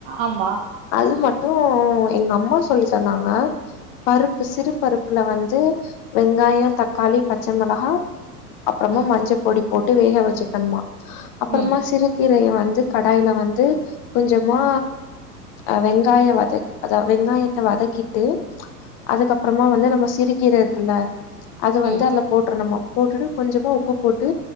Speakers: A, on the right; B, on the left.
A: ஆமா
B: அது மட்டும் எங்க அம்மா சொல்லி தந்தாங்க பருப்பு சிறு பருப்புல வந்து வெங்காயம் தக்காளி பச்சை மொளகா அப்புறமா
A: ம்
B: மஞ்சள் பொடி போட்டு வேக வச்சு க்கன் மா அப்புறமா
A: ம்
B: சிறுகீரைய வந்து கடாயில வந்து கொஞ்சமா ஆ வெங்காயோ வதக் க வெங்காயத்த வதக்கிட்டு அதுக்கப்றமா வந்து நம்ம சிறி கீர இருக்குல்ல அது
A: ம்
B: வந்து அதுல போட்டுரணுமா போட்டுட்டு கொஞ்சமா உப்பு போட்டு